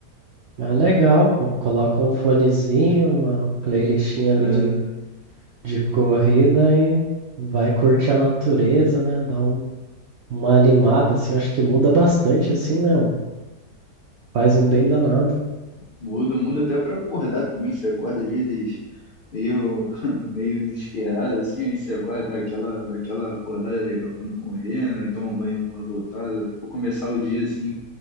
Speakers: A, on the right; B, on the left.
A: Ah, legal, pô. Coloca um fonezinho, uma playlistinha ali
B: Ah,
A: de, de corrida e vai curtir a natureza, né? Dá um, uma animada, assim, acho que muda bastante, assim, né? Um- Faz um bem danado.
B: muda, muda até pra acordar também. Você acorda, às vezes, meio, <laughs> meio desesperado, assim, aí você acorda daquela, daquela acordada legal quando correndo, aí toma banho quando voltar. Eu Vou começar o dia, assim,